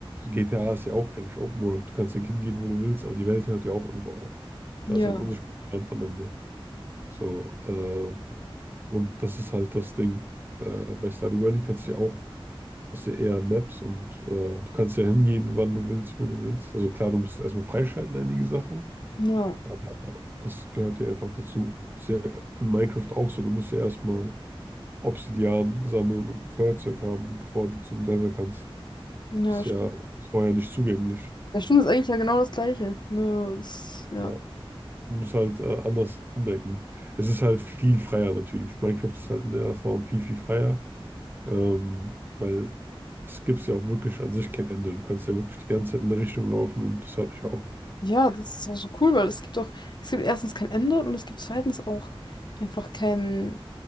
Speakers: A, on the right; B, on the left.
A: GTA ist ja auch eigentlich Open World. Du kannst ja hingehen, wo du willst, aber die Welt hört ja auch irgendwo auf. Da ist
B: Ja,
A: ja ein unsichtbarer Rand am Ende. So, äh, und das ist halt das Ding. Äh, bei Stardew Valley kannst du ja auch, hast du ja eher Maps und äh, du kannst ja hingehen, wann du willst, wo du willst. Also klar, du musst erstmal freischalten, einige Sachen,
B: ja,
A: aber das gehört ja einfach dazu. Ist ja in Minecraft auch so. Du musst ja erstmal Obsidian sammeln und ein Feuerzeug haben, bevor du zum Nether kannst.
B: ja,
A: Ist
B: stimmt.
A: ja vorher nicht zugänglich.
B: Ja, stimmt, ist eigentlich ja genau das Gleiche. Nur, es- ja.
A: Ja, man muss halt äh, anders umdenken. Es ist halt viel freier natürlich. Minecraft ist halt in der Form viel, viel freier, ähm, weil es gibt ja auch wirklich an sich kein Ende. Du kannst ja wirklich die ganze Zeit in eine Richtung laufen und das hört nicht auf.
B: Ja, das ist auch so cool, weil es gibt doch, es gibt erstens kein Ende und es gibt zweitens auch einfach kein,